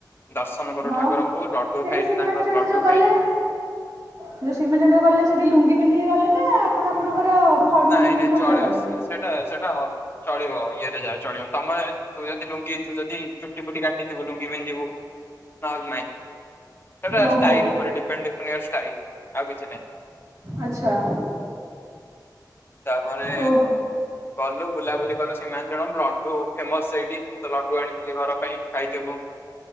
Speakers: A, on the left; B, on the right.
A: ଦର୍ଶନ କଲୁ
B: ହଁ
A: ଠାକୁରଙ୍କୁ, ଲଡୁ
B: ସେଇଠି
A: ଖାଇଲୁ
B: ସୀମାଞ୍ଚଳ
A: ତାଙ୍କର ଲଡୁ
B: ଯୋଉ ଗଲେ
A: ଖାଇଲୁ
B: ଯୋଉ ସୀମାଞ୍ଚଳମ ଗଲେ ସେଠି ଲୁଙ୍ଗି ପିନ୍ଧିକି ଗଲେ ନା, ଆପଣ ଆପଣଙ୍କର ଫର୍ମାଲ
A: ନାଇଁ
B: ୟୁନିଫର୍ମରେ
A: ନାଇଁ ଚଳିବ
B: ଗଲେ?
A: ସେଇଟା ସେଇଟା ଚଳିବ ଇଏରେ ଯା ଚଳିବ, ତମେ ତୁ ଯଦି ଲୁଙ୍ଗି ତୁ ଯଦି ଚୁଟି ଫୁଟି କାଟିଥିବୁ, ଲୁଙ୍ଗି ପିନ୍ଧି ଯିବୁ। ନହେଲେ ନାଇଁ, ସେଇଟା
B: ଓହୋ
A: ଷ୍ଟାଇଲ ଉପରେ ଡିପେଣ୍ଡ, ଡିପେଣ୍ଡ ଇୟୋର୍ ଷ୍ଟାଇଲ ଆଉ କିଛି ନାଇଁ।
B: ଆଚ୍ଛା।
A: ତାପରେ
B: ଓହୋ
A: ଗଲୁ, ବୁଲାବୁଲି କଲୁ ସୀମାଞ୍ଚଳମ୍, ଲଡ଼ୁ ଫେମସ୍ ସେଇଠି। ମୁଁ ତ ଲଡ଼ୁ ଆଣିଥିଲି ଘର ପାଇଁ, ଖାଇଥିବୁ।